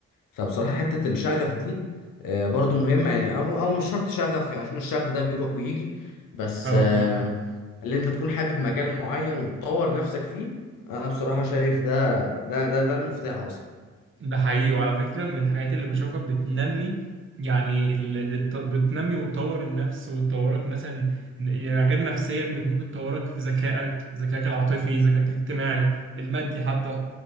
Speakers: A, on the left; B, on the right.
A: فبصراحة حتة الشغف دي آه، برضو مهمة يعني أو, أو مش شرط شغف يعني عشان الشغف ده بيروح ويجي بس
B: اه
A: آه،
B: اه
A: اللي أنت تكون حابب مجال معين وتطور نفسك فيه أنا بصراحة شايف ده ده ده ده المفتاح أصلا
B: ده حقيقي وعلى فكرة من الحاجات اللي بشوفها بتنمي يعني ال... بت- بتنمي وتطور النفس وتطورك مثلا ن- يعني غير نفسيا بت- ممكن تطورك في ذكائك ذكائك العاطفي ذكائك الاجتماعي المادي حتى